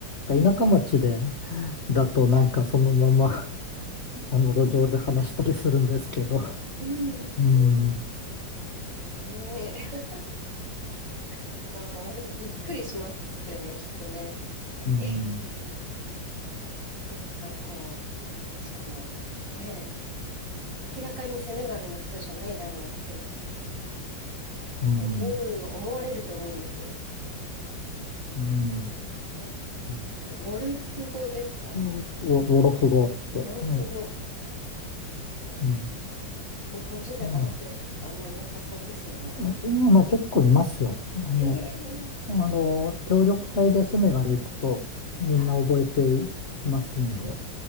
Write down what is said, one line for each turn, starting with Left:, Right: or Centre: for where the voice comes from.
Left: なんか田舎町でだとなんかそのまま <laughs> あの路上で話したりするんですけど。<laughs>
Right: うんうんう
Left: うん、うん、
Right: ん。ええ <laughs> あー、もうびっくりしますよね、きっとね。
Left: うん、
Right: えってなんかこう、しかも、ねえ、明らかにセネガルの人じゃないだろうって
Left: うん。
Right: 思う、思われると思うんですよ。
Left: う
Right: えー
Left: ん
Right: え、ウォルフ語ですか
Left: ウォウォロフ語って。
Right: ウォルフ語。
Left: うん。
Right: うん
Left: う
Right: 日本人で話せる人ってあんまいなさそうですよね。
Left: んあいやまあ結構いますよ。あの、
Right: ええ
Left: あの、協力隊でセネガル行くとみんな覚えてきますんで、
Right: あ、